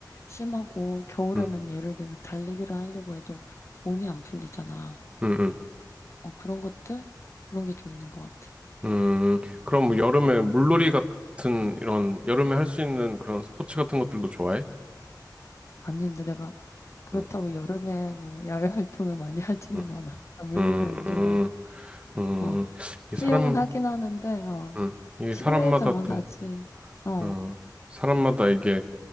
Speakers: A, on the left; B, on the right.
A: 심하고 겨울에는
B: 음,
A: 예를 들면 달리기를 하려고 해도 몸이 안 풀리잖아.
B: 음, 음.
A: 어 그런 것들 그런 게 좀 있는 것 같아.
B: 음, 그럼 뭐
A: 음.
B: 여름에 물놀이 같은 이런 여름에 할 수 있는 그런 스포츠 같은 것들도 좋아해?
A: 아니 근데 내가 그렇다고
B: 음,
A: 여름에 뭐 야외 <laughs> 활동을 많이 하지는
B: 음,
A: 않아. 나 물놀이
B: 음,
A: 안 좋아해.
B: 음, 음.
A: 어
B: 이게
A: 수영은
B: 사람,
A: 하긴 하는데 어
B: 음, 이게
A: 실내에서만
B: 사람마다 또,
A: 하지. 어
B: 어, 사람마다 이게